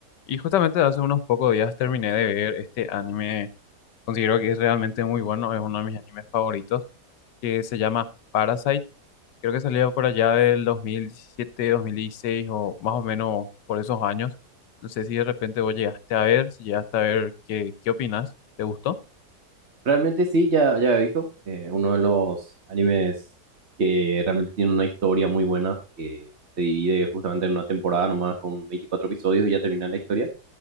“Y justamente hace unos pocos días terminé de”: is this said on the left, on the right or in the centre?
Left